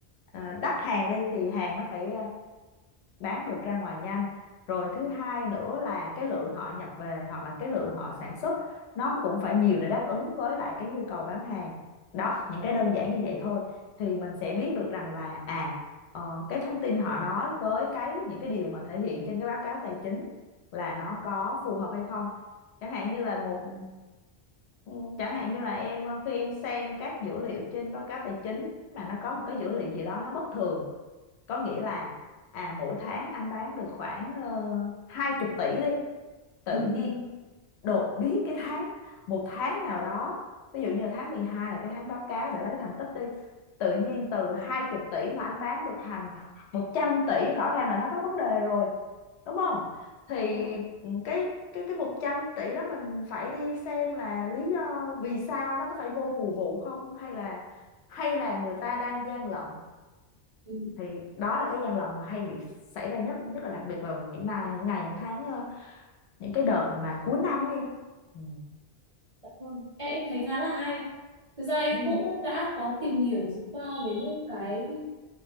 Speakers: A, on the left; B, on the right.
A: à, đắt hàng đi thì hàng nó phải à, bán được ra ngoài nhanh rồi thứ hai nữa là cái lượng họ nhập về hoặc là cái lượng họ sản xuất nó cũng phải nhiều để đáp ứng với lại cái nhu cầu bán hàng đó những cái đơn giản như vậy thôi thì mình sẽ biết được rằng là à ờ, cái thông tin họ nói với cái những cái điều mà thể hiện trên cái báo cáo tài chính là nó có phù hợp hay không chẳng hạn như là một ừ, chẳng hạn như là em ờ, khi em xem các dữ liệu trên báo cáo tài chính mà nó có một cái dữ liệu gì đó nó bất thường có nghĩa là à mỗi tháng anh bán được khoảng uh, 20 tỷ đi tự
B: <laughs>
A: nhiên đột biến cái tháng một tháng nào đó ví dụ như là tháng 12 là cái tháng báo cáo để lấy thành tích đi tự nhiên từ 20 tỷ mà anh bán được thành một trăm tỷ rõ ràng là nó có vấn đề rồi đúng không thì
B: Ừ, ừ, ừ. Vâng,
A: ừ, cái cái cái 100 tỷ đó mình phải đi xem là lý do vì sao nó có phải vô mùa vụ không hay là hay là người ta đang gian lận
B: ừ,
A: thì đó là cái gian lận mà hay bị xảy ra nhất nhất là đặc biệt vào những ngày những ngày những tháng ờ, những cái đợt mà cuối năm ấy em ừ.
B: dạ vâng. Em em thấy khá là hay. Thực ra em
A: Ừ.
B: cũng đã có tìm hiểu dự qua về những cái